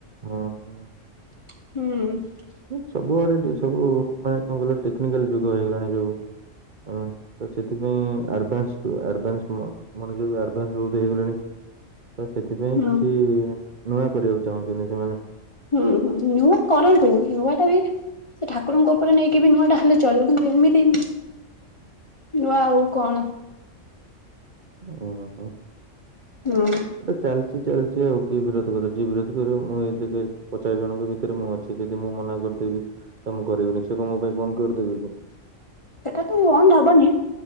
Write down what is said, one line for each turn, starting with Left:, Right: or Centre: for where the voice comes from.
Right: ହଁ। ହଁ
Left: ହୁଁ।
Right: ସବୁଆଡେ ଟିକେ ସବୁ ମାନେ କଣ କହିଲ ଟେକ୍ନିକାଲ ଯୁଗ ହେଇଗଲାଣି ଏ ସବୁ। ତ ସେଥିପାଇଁ ଆଡଭାନ୍ସ ଠୁ ଆଡଭାନ୍ସ ମ୍ ମାନେ ଯୋଉଁ ଆଡଭାନ୍ସ ଉଦୟ ହେଇଗଲେଣି। ତ ସେଥିପାଇଁ
Left: ହୁଁ
Right: କିଛି ନୂଆ କରିବାକୁ ଚାହନ୍ତିନି ସେମାନେ।
Left: ହୁଁ ହୁଁ ନୂଆ କରନ୍ତୁ, ନୂଆ ଟା ବି ଠାକୁରଙ୍କ ଉପରେ ନେଇକି ବି ନୂଆଟା ହେଲେ ଚଳିବ କିନ୍ତୁ ଏମିତି ନୂଆ ଆଉ କଣ।
Right: <unintelligible>
Left: ହୁଁ
Right: ଚାଲିଛି ଚାଲିଛି ଆଉ କିଏ ବିରୋଧ କରେ ଯିଏ ବିରୋଧ କରେ ମୁଁ ଏତାକେ ପଚାଶ ଜଣଙ୍କ ଭିତରେ ମୁଁ ଅଛି। ସେ ଯଦି ମୁଁ ମନା କରିଦେବି ତ ମୁଁ କରିବିନି ସେ କଣ ମୋ ପାଇଁ ବନ୍ଦ କରିଦେବେ କହ।
Left: ସେଟା ତ ବନ୍ଦ ହବନି